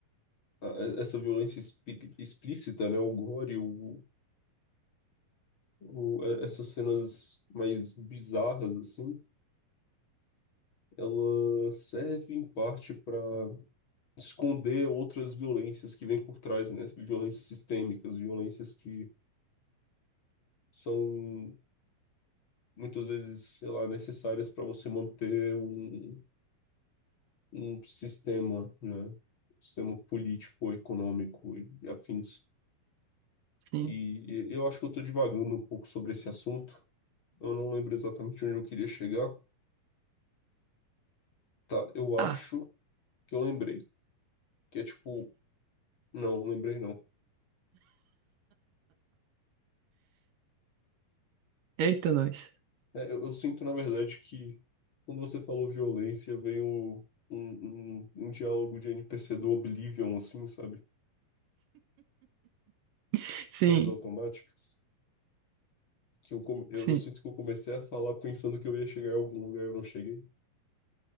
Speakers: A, on the left; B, on the right.
A: a- essa violência explí- explícita, né, o gore, o, o- é- essas cenas mais bizarras, assim, ela serve em parte para esconder outras violências que vêm por trás, né? Violências sistêmicas, violências que são muitas vezes, sei lá, necessárias para você manter um, um sistema, né? Um Sistema político, econômico e afins.
B: Sim.
A: E e eu acho que eu estou divagando um pouco sobre esse assunto. Eu não lembro exatamente onde eu queria chegar. Tá, eu
B: Ah,
A: acho que eu lembrei que é tipo Não, lembrei não.
B: eita nós.
A: É, eu, eu sinto, na verdade, que quando você falou violência, veio um, um, um diálogo de NPC do Oblivion, assim, sabe?
B: <laughs> Sim,
A: Falas automáticas. Que eu, come- eu,
B: sim.
A: eu sinto que eu comecei a falar pensando que eu ia chegar em algum lugar e eu não cheguei.